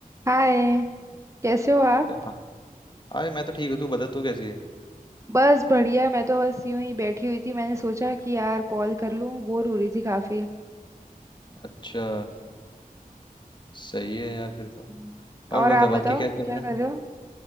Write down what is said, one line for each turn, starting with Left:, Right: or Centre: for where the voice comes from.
Right: हाय कैसे हो आप
Left: अरे हाँ हाय मैं तो ठीक हूँ तू बता तू कैसी है
Right: बस बढ़िया मैं तो बस यूं ही बैठी हुई थी मैंने सोचा कि यार कॉल कर लूं बोर हो रही थी काफी
Left: अच्छा सही है यार फिर तो
Right: हम्म।
Left: और
Right: और
Left: बता
Right: आप
Left: बाकी
Right: बताओ
Left: क्या चल
Right: क्या
Left: रहा
Right: कर
Left: है
Right: रहे हो